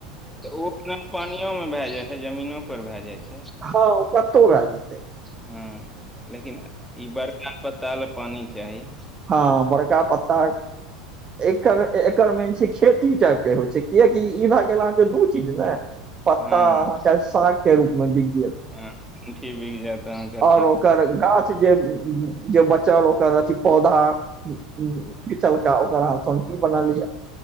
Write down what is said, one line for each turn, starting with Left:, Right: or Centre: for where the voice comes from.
Centre: तऽ ओ पानियोमे भए जाइ छै जमीनो पर भए जाइ छै
Right: हँ ओ कतौ भए जे
Centre: हँ लेकिन ई बड़का पताल पानि चाही
Right: हँ बड़का पत्ता एकर एकर मेन छै खेती टाइप के होय छै कियकि ई भए ई भेल दूं चीज ने पत्ता
Centre: हँ
Right: अहा साग रूप बिक गेल
Centre: हँ ठुठी बिक जायत अहाँके अथीक
Right: आ ओर ओकर
Centre: रूप
Right: जे बचल ओकर पौधा चल ओकर रह तन की बना लियै